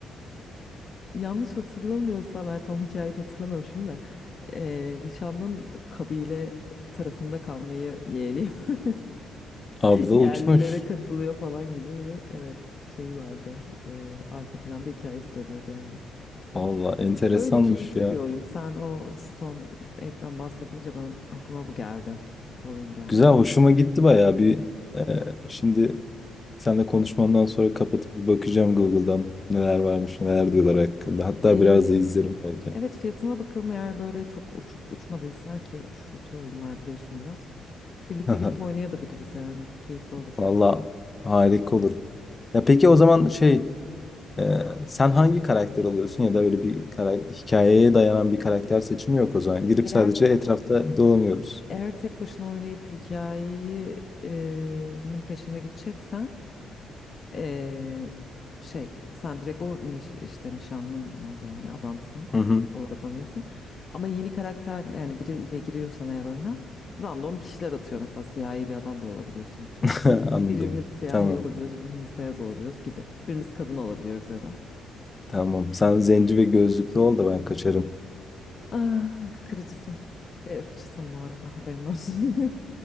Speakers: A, on the left (about 45°); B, on the left (about 25°).
A: yanlış hatırlamıyorsam yani tam hikayeyi de hatırlamıyorum şimdi de eee, nişanlın kabile tarafında kalmayı yeğliyor. <laughs>
B: Abla
A: Yerlilere
B: uçmuş.
A: katılıyor falan gibi bir evet şeyi vardı. Eee, arka planda hikayesi dönüyordu yani.
B: Valla enteresanmış
A: Böyle keyifli
B: ya.
A: bir oyun. Sen o Stone Ape'den bahsedince benim aklıma bu geldi. Bu oyun geldi.
B: Güzel hoşuma gitti bayağı bir. e, şimdi seninle konuşmandan sonra kapatıp bir bakacağım Google'dan neler varmış neler diyorlar hakkında. Hatta
A: Eee,
B: biraz da izlerim belki.
A: evet fiyatına bakalım eğer böyle çok uçuk uçmadıysa ki uçtu oyunlar biliyorsun biraz. Birlikte
B: <clears throat>
A: girip oynayabiliriz
B: <laughs>
A: yani. Keyifli olur.
B: Valla harika olur. Ya peki o zaman şey e, sen hangi karakter oluyorsun ya da öyle bir karakter hikayeye dayanan bir karakter seçimi yok o zaman.
A: Öyle
B: Girip sadece
A: eğer
B: etrafta dolanıyoruz.
A: Eğer tek başına oynayıp hikayenin peşinde gideceksen eee, şey sen direkt o niş- işte nişanlın var yani adamsın
B: Hı hı.
A: olarak oynuyorsun. Ama yeni karakter yani biriyle giriyorsan eğer oyuna random kişiler atıyor. Mesela siyahi bir adam da olabiliyorsun atıyorum.
B: <laughs> Anladım.
A: Birimiz siyahi
B: Tamam.
A: olabiliyoruz, birimiz beyaz olabiliyoruz gibi. Birimiz kadın olabiliyoruz ya da.
B: Tamam. Sen zenci ve gözlüklü ol da ben kaçarım.
A: Ah, kırıcısın ve ırkçısın bu arada haberin olsun.